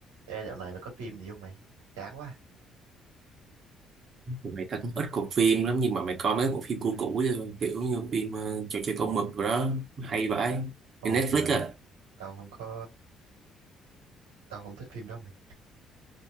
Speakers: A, on the right; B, on the right.
A: Ê, dạo này mày có phim gì không mày? Chán quá.
B: mày ta cũng ít coi phim lắm nhưng mà mày coi mấy bộ phim cũ cũ chứ, kiểu như phim ờ, trò chơi con mực rồi đó hay vậy
A: Ôi
B: trên Netflix
A: mày ơi,
B: à
A: tao không có, tao không thích phim đó mày.